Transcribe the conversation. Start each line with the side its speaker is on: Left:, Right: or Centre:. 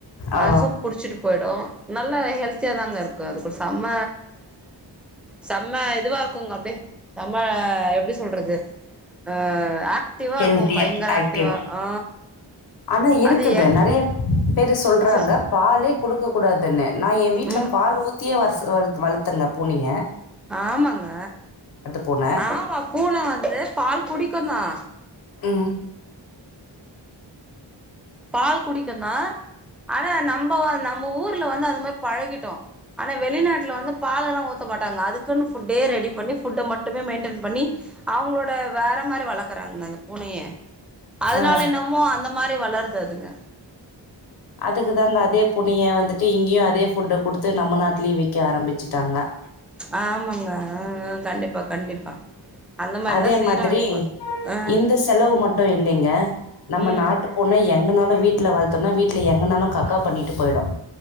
Left: ஓ
Centre: அது சூப் குடிச்சிட்டு போயிடு நல்ல ஹெல்த்தியா தாங்க இருக்கும் அதுக்கு செம்ம செம்ம இதுவா இருக்குங்க அப்டே செம்ம எப்டி சொல்றது ஆ ஆக்டிவா
Left: ஹெல்த்தியாக
Centre: இருக்கும் பயங்கர
Left: ஆக்டிவாக
Centre: ஆக்டிவா ஆ
Left: ஆனா இருக்குங்க
Centre: அது எங்
Left: நெறய பேரு சொல்றாங்க
Centre: சொ
Left: பாலே குடுக்க கூடாதுனு நா என் வீடுல
Centre: ம்
Left: பால் ஊத்தியே வர்த் சோ அதுக்கு வளத்ங்க பூனய
Centre: ஆமாங்க
Left: பூன.
Centre: ஆமா பூன வந்து பால் குடிக்கும் தான்
Left: உம்
Centre: பால் குடிக்கும் தான் ஆனா நம்ப நம்ம ஊர்ல வந்து அந்த மாரி பழகிட்டோம் ஆனா வெளிநாட்டுல வந்து பாலெல்லா ஊத்த மாட்டாங்க அதுக்குன்னு ஃபுட்டே ரெடி பண்ணி ஃபுட்ட மட்டுமே மெயின்டைன் பண்ணி அவங்களோட வேற மாரி வளர்க்குறாங்க பூனையே அதனால
Left: ஆ.
Centre: என்னமோ அந்த மாரி வளர்து அதுங்க
Left: அதுக்குதாங்க அதே பூனைய வந்துட்டு இங்கேயும் அதே ஃபுட்ட குடுத்து நம்ம நாட்டுலயும் வைக்க ஆரம்பிச்சுட்டாங்க
Centre: ஆமாங்க ஹ கண்டிப்பா கண்டிப்பா அந்த மாரிதா
Left: அதே
Centre: செய்யறாங்க
Left: மாதிரி
Centre: இப்ப ஆ
Left: இந்த செலவு மட்டும் இல்லைங்க நம்ம
Centre: ம்
Left: நாட்டு பூன எங்க எங்கனாலும் வீட்டுல வளத்தோனா வீட்டுல எங்கனாலும் கக்கா பண்ணிட்டு போயிடும்